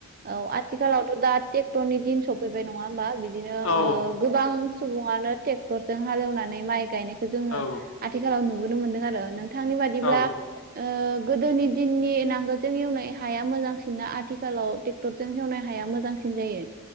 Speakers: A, on the right; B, on the left.
A: औ आथिखालावथ' दा ट्रेक्टरनि दिन सफैबाय नङा होमबा? बिदिनो
B: औ
A: ओ गोबां सुबुङानो ट्रेक्टरजों हालेवनानै माइ गायनाय जोङो
B: औ
A: आथिखालाव नु नुनो मोनदों आरो नों नोंथांनि बादिब्ला।
B: औ
A: गोदोनि दिननि नांगोलजों एवनाय हाया मोजांसिन ना आथिखालाव ट्रेक्टरजों हेवनाय हाया मोजांसिन जायो